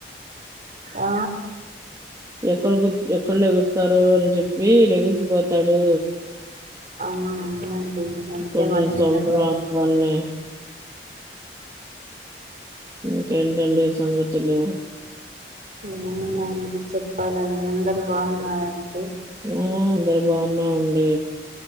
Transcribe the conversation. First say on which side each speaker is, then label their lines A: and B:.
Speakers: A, on the right; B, on the right.
A: ఆ
B: ఎక్కడ కూర్చ్ ఎక్కడ్ లేగుస్తారో అన్ చెప్పి లెగిసిపో తడు
A: అవునండి అంతే
B: కొంచెం
A: మా చిన్నబ్బాయి
B: సౌండ్ రాంగాల్నే ఇంకేంటండి సంగతులు
A: ఏమున్నాయండి చెప్పాలండి అందరు బావున్నారఅండి
B: ఆ అందరు బావున్నామండి